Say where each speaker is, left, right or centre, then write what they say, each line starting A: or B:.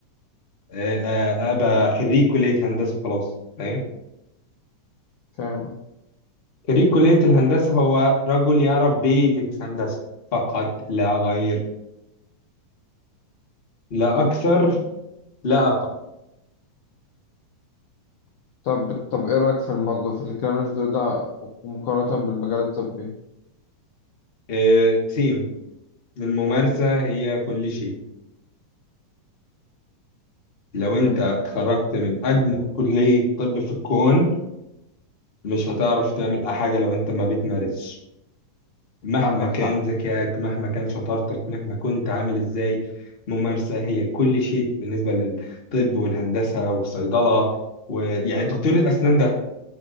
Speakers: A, on the left; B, on the left.
A: آه، آه، ابقى خريج كليه هندسه خلاص فاهم
B: فاهم
A: خريج كليه الهندسه هو رجل يعرف بيزكس هندسه فقط لا غير لا اكثر لا اقل
B: طب طب ايه رأيك في الموضوع في الكلام اللي انت بتقوله ده مقارنة بالمجال الطبي
A: آه، سيم الممارسه هي كل شيء لو
B: مم.
A: انت اتخرجت من اجمل كليه طب في الكون مش هتعرف تعمل اي حاجه لو انت ما بتمارسش مهما
B: عندك
A: كان
B: حق
A: ذكائك مهما كان شطارتك مهما كنت عامل ازاي ممارسة هي كل شيء بالنسبة للطب والهندسة والصيدلة ويعني دكتور الأسنان ده